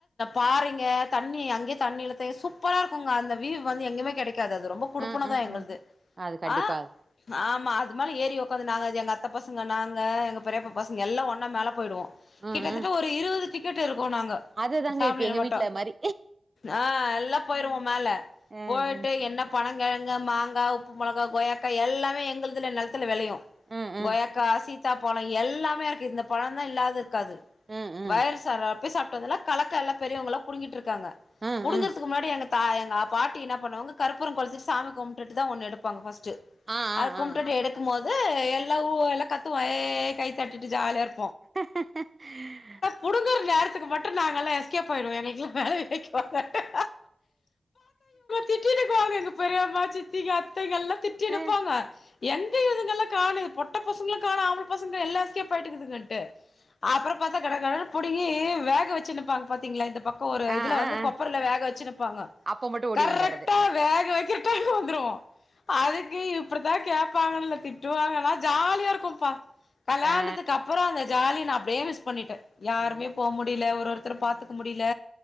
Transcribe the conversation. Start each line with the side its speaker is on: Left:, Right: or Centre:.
Left: பாருங்க தண்ணி அங்கே தண்ணிழுத்த சூப்பரா இருக்குங்க அந்த வீவ் வந்து எங்கயுமே கிடை கிடைக்காது அது ரொம்ப குடுப்புனதான்
Right: ம் ம்
Left: எங்களது
Right: ம் அது கண்டிப்பா
Left: ஆஹ் ஆமா அது மேரி ஏறி உடக்காந்து நாங்க அது எங்க அத்தை பசங்க நாங்க எங்க பெரியப்ப
Right: ம்
Left: பசங்க எல்லாம் ஒன் மேல போயிடுவோம்
Right: ம்
Left: கிட்டத்தட்ட
Right: ம்.
Left: ஒரு இருபது டிக் கெட் வரும் போ நாங்க
Right: அதுதாங்க
Left: பேமிலிய
Right: இப்ப எங்க
Left: மட்டும்
Right: வீட்ல மாரி
Left: ஆ எல்லாம் போயிருவோம்
Right: ம்
Left: மேல
Right: ம் ம்
Left: போயிட்டு என்ன பணங்க கிழங்கு மாங்காய் உப்பு மிளகா கோயாக்கா எல்லாம் எங்கள்துல நல்து விளையும்
Right: ம் ம்
Left: கோயாக்கா சீத்தா சீத்தா பழம் எல்லாமே இருக்கு இந்த பழம் தான் இல்லாதது இருக்காது
Right: ம் ம்
Left: வயல் சார போய் சாப்ப இப்பல கலக்க எல்ல பெரியவங்கெல்லாம் புடிங்கிட்டு இருப் பாங்க
Right: ம்
Left: புடுங்கறதுக்கு
Right: ம்
Left: முன்னாடி எங்க ஆ எங்க பாட்டி என்ன பண்ணுவங்க கற்பூரம் குலுத்திட்டு சாமி கும்பிட்டு தான் ஒன்னு எடுப்பாங்க பஸ்ட்டு
Right: ஆ ஆ
Left: அதுகும்ட்டுட்டு
Right: ஆ ஆ
Left: எடுக்கும் போது எல்லாம் ஊ எல்லாம் கத்துவோம் கைத்தட்டிட்டு ஜாலிய இருக்கும்
Right: <unintelligible>
Left: புடுங்குற நேரத்துக்கு மட்டும் நாங்கல்லாம் எஸ் போயிடும் எனக்கு பயம் வைக்கு பார்த்தாங்க திட்டினு வாங்க எங்க பெரியம்மா சித்திங்க அத்தைகல்லாம் திட்டி எடுப்பாங்க
Right: ஆ
Left: எங்க இதுங்கள்லா காணுது பொட்ட பசங்களும் காணும் ஆம்பள பசங்க எல்லா எஸ்கேப் ஆயிட்டுதுங்க திட்டு அப்புறம் பாத் கட கடனு பிடுங்கி வேக வச்சு நிப்பாங்க பாத்தீங்களா இந்தப் பக்கம் ஒரு
Right: ஆ
Left: இதுல
Right: ஆ
Left: வந்து
Right: ஆ
Left: கொப்பரல வேக வச்சுப்பாங்க
Right: அப்ப மட்டு ஓடி
Left: கரெட்கா
Right: வந்தர்றது
Left: வேக வைக்ர டைம்க்கு வந்துருவோம் அதுக்கு இப் <unintelligible> திட்டுவாங்காள ஜாலியா இருக்கும்பா கல்யாணத்துக்கு
Right: ஆ
Left: அப்புறம் அந்த ஜாலி நான் அப்படியே மிஸ் பண்ணிட்ட யாருமே
Right: எல்லா
Left: போக முடியல ஒரு ஒருத்தரு
Right: ம்
Left: பார்த்துக்க முடியல